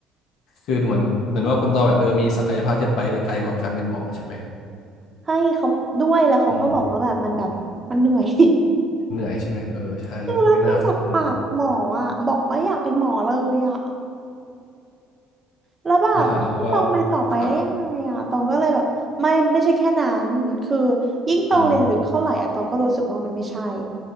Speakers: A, on the left; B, on the right.
A: คือดูเหมือนเหมือนว่าคุณตองแบบเออมีศักยภาพที่จะไปได้ไกลกว่าการเป็นหมอใช่ไหม
B: ให้เขาด้วยแล้วเขาก็บอกว่าแบบมันแบบมันเหนื่อย
A: อืมฮึอืมอืเหนื่อยใช่ไหม เออใช่ไม่น่าคุ้มเงิ
B: คือแล้วคือจากปากหมออะบอกว่าอยากเป็นหมอเลยอะแล้วแบบให้ตองเป็นต่อไปได้ยังไงอะตองก็เลยแบบไม่ไม่ใช่แค่นั้นคือ
A: นอาหารแล้วก็ครับ
B: ยิ่งตองเรียนลึกเท่าไหร่อะตองก็รู้สึกว่ามันไม่ใช่
A: อืม